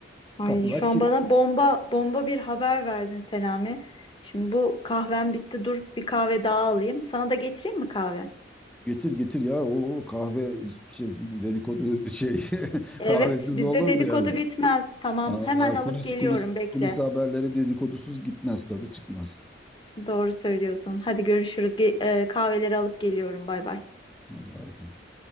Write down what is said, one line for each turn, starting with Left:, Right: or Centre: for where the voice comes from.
Left: Ay
Centre: Kapılar
Left: şu an
Centre: git
Left: bana bomba bomba bir haber verdin Selami. Şimdi bu kahvem bitti dur bir kahve daha alayım. Sana da getireyim mi kahve?
Centre: getir getir ya o kahve hiçbir şey dedikodu şey <laughs>
Left: Evet
Centre: kahvesiz
Left: bizde
Centre: olur
Left: dedikodu
Centre: mu yani?
Left: bitmez. Tamam
Centre: Allah
Left: hemen alıp
Centre: kulis
Left: geliyorum
Centre: kulis
Left: bekle.
Centre: kulis haberleri dedikodusuz gitmez tadı çıkmaz.
Left: Doğru söylüyorsun. Hadi görüşürüz. Ge- e, kahveleri alıp geliyorum. Bay bay.
Centre: Hadi bay bay.